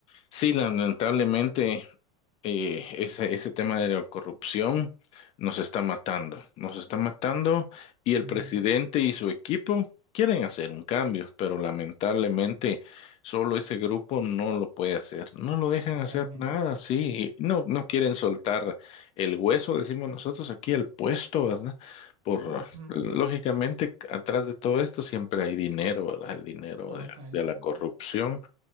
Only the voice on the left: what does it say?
sí, lamentablemente eh, ese, ese tema de la corrupción nos está matando, nos está matando y el
presidente y su equipo quieren hacer un cambio, pero lamentablemente solo ese grupo no lo puede hacer, no lo dejan
hacer nada, sí, y no, no quieren soltar el hueso, decimos nosotros aquí, el puesto, ¿verdad? Por,
lógicamente, atrás de todo esto siempre hay dinero, ¿verdad? El dinero
de, de la corrupción.